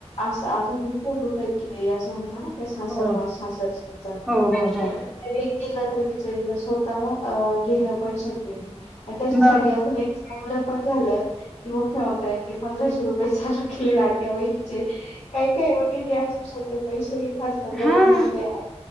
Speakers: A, on the left; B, in the centre.
A: असं अजून भरपुर लोक आहेत कि ते असं म्हणतात ना ते सासरवास
B: हो
A: सासर च्या
B: हो
A: प्रत्येक
B: हो
A: वेळी तिला तर बिचारीला स्वतः अ घेणं पण श क्य आणि त्याच्यासाठी
B: मग
A: अजून एक चांगलं पण झालं की मुख्यमंत्र्यांनी पंधराशे रुपये चालू केल लाड क्या बहिणीचे काय काय <unintelligible> ते पैशे खर्चा करून
B: हा
A: मग तयार